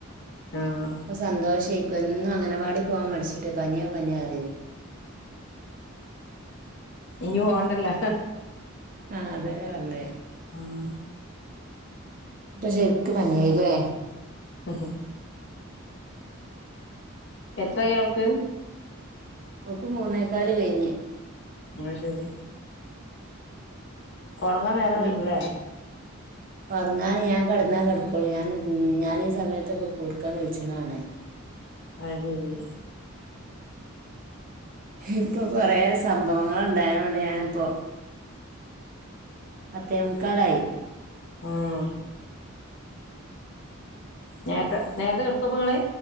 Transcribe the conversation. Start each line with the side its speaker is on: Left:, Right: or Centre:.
Left: ആഹ
Right: സന്തോഷേക്കും എന്നും അങ്ങനവാടി പോകാൻ മടിച്ചിട്ട് പനിയാ പനിയ <unintelligible>
Left: ഇനി പോണ്ടല്ല.
Right: ആ അതന്നെ പറഞ്ഞെ.
Left: ആഹ.
Right: ഇപ്പ ശര്ക്ക് പനിയായില്ലേ.
Left: <unintelligible> എത്രയ അവൾക്ക്.
Right: അവക്ക് മൂന്നേക്കാല് കഴിഞ്ഞ്.
Left: എന്ന ശരി. ഉറങ്ങാൻ നേരം
Right: ഇനി
Left: വൈകുംല്ലേ.
Right: ഉറങ്ങാൻ ഞാൻ കിടന്നാ കിടക്കോളൂ. ഞാൻ ഞാനീ ഈ സമയത്തൊക്കെ <unintelligible>
Left: അത് ശരി.
Right: ഇപ്പ കുറേ സംഭവങ്ങൾ ഉണ്ടായതുകൊണ്ട് ഞാനിപ്പോ പത്തേമുക്കാലായി.
Left: ആഹ് നേരത്തെ നേരത്തെ കെടക്കപ്പങ്ങള്